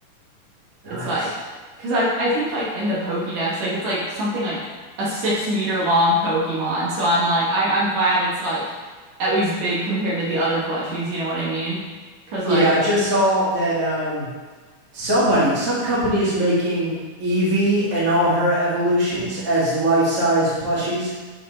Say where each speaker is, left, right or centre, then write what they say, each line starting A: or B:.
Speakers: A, on the right; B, on the right.
A: Nice.
B: It's like, because like I think like in the Pokédex, like it's like something like a six meter long Pokemon. So I'm like, I I'm glad it's like at least big compared to the other plushies. You know what I mean? Because
A: Yeah,
B: like
A: I just saw that um somebody, some company is making Evie and all her evolutions as life-size plushies.